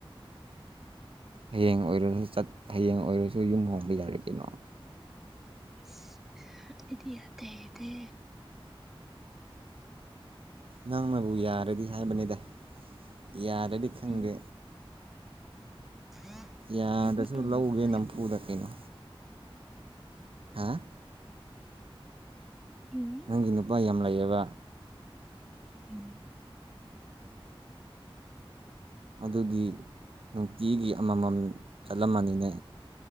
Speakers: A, on the right; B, in the centre.
A: ꯍꯌꯦꯡ ꯑꯣꯏꯔꯁꯨ ꯆꯠ ꯍꯌꯦꯡ ꯑꯣꯏꯔꯁꯨ ꯌꯨꯝ ꯍꯣꯡꯕ ꯌꯥꯔꯦ ꯀꯩꯅꯣ
B: ꯏꯁ ꯑꯩꯗꯤ ꯌꯥꯗꯦ ꯗꯦ
A: ꯅꯪꯅꯕꯨ ꯌꯥꯔꯗꯤ ꯍꯥꯏꯕꯅꯤꯗ ꯌꯥꯗꯔꯗꯤ ꯈꯪꯗꯦ
B: ꯑꯩ ꯑꯩꯗꯤ
A: ꯌꯥꯗ꯭ꯔꯁꯨ
B: ꯅꯨꯄꯥ
A: ꯂꯧꯒꯦ ꯅꯝꯐꯨꯗ ꯀꯩꯅꯣ ꯍꯥꯥ
B: ꯎꯝ
A: ꯅꯪꯒꯤ ꯅꯨꯄꯥ ꯌꯥꯝ ꯂꯩꯌꯦꯕ
B: ꯎꯝ
A: ꯑꯗꯨꯗꯤ ꯅꯨꯡꯇꯤꯒꯤ ꯑꯃꯃꯝ ꯆꯠꯂꯝꯃꯅꯤꯅꯦ